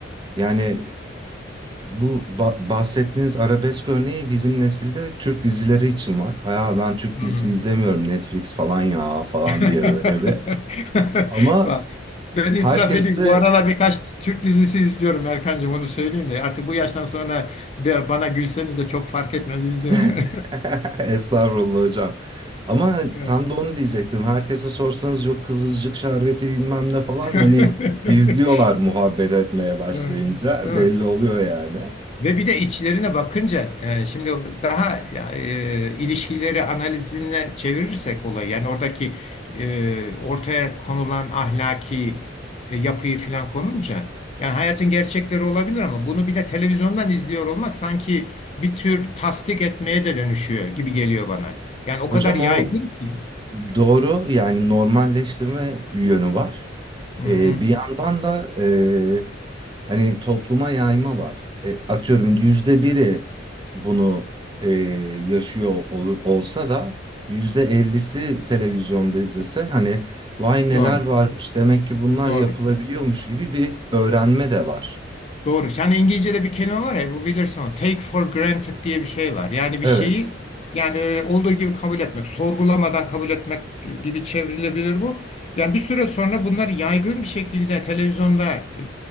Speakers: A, on the right; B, on the left.
A: yani bu ba- bahsettiğiniz arabesk örneği bizim nesilde Türk dizileri için var. Hayır ben Türk
B: Hı.
A: dizisi izlemiyorum Netflix falan ya falan
B: <laughs>
A: diye böyle bir. Ama
B: Bak, Ben itiraf
A: herkesle
B: edeyim. Bu aralar birkaç Türk dizisi izliyorum Erkancığım onu söyleyeyim de. Artık bu yaştan sonra be- bana gülseniz de çok fark etmez izliyorum
A: <laughs>
B: yani. <laughs>
A: Estağfurullah hocam. Ama
B: Evet.
A: tam da onu diyecektim. Herkese sorsanız yok Kızılcık şerbeti bilmem ne falan
B: <laughs>
A: hani izliyorlar muhabbet etmeye başlayınca
B: Evet. Değil
A: belli
B: mi?
A: oluyor yani.
B: Ve bir de içlerine bakınca e, şimdi daha e, ilişkileri analizine çevirirsek olayı yani oradaki e, ortaya konulan ahlaki e, yapıyı filan konunca yani hayatın gerçekleri olabilir ama bunu bir de televizyondan izliyor olmak sanki bir tür tasdik etmeye de dönüşüyor gibi geliyor bana. Yani o
A: Hocam
B: kadar yaygın
A: o
B: ki.
A: Doğru yani normalleştirme yönü var.
B: Hı hı.
A: Ee, bir yandan da e, hani topluma yayma var. E, atıyorum yüzde biri bunu e, yaşıyor olur, olsa da yüzde ellisi televizyonda izlese hani vay neler
B: Doğru,
A: varmış demek ki bunlar
B: doğru.
A: yapılabiliyormuş gibi bir öğrenme de var.
B: Doğru. Yani İngilizce'de bir kelime var ya, bu bilirsin onu. Take for granted diye bir şey var. Yani bir
A: Evet.
B: şeyi yani e, olduğu gibi kabul etmek, sorgulamadan kabul etmek gibi çevrilebilir bu. Yani bir süre sonra bunlar yaygın bir şekilde televizyonda e,